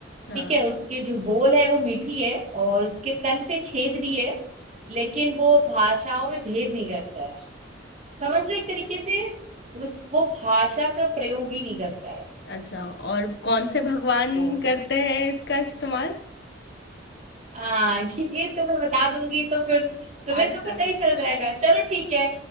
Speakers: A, on the left; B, on the right.
A: हाँ
B: ठीक है उसके जो बोल है वो मीठी है और उसके तन पे छेद भी है लेकिन वो भाषाओं में भेद नहीं करता है समझ लो एक तरीके से उस वो भाषा का प्रयोग ही नहीं करता है
A: अच्छा और कौन से भगवान
B: तो
A: करते हैं इसका इस्तेमाल
B: हाँ <laughs> ये ये तो मैं बता दूंगी तो फिर तुम्हें
A: आंसर
B: तो पता ही चल जाएगा चलो ठीक है